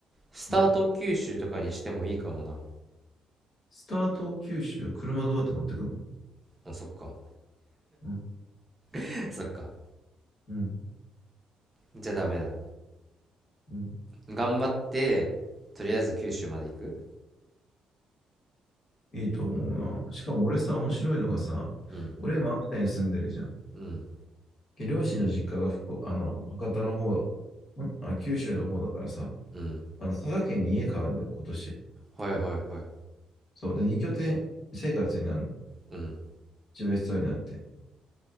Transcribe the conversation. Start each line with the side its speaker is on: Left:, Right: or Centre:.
Right: スタート九州とかにしてもいいかもな。
Left: うん。スタート九州、車どうやって持ってくの
Right: あ、そっか。
Left: うん、
Right: <laughs> そっか。
Left: うん、
Right: じゃあダメだ。
Left: うん。
Right: 頑張って、とりあえず九州まで行く
Left: いいと思うな。しかも俺さ、面白いのがさ、
Right: うん。
Left: 俺今秋田に住んでるじゃん。
Right: うん。
Left: で両親の実家が福岡、あの、博多の方、んあ、九州の方だからさ、
Right: うん。
Left: あの、佐賀県に家買うんだよ、今年。
Right: はいはいはい。
Left: そう。で、二拠点生活になるの。
Right: うん。
Left: 自分一番必要になって。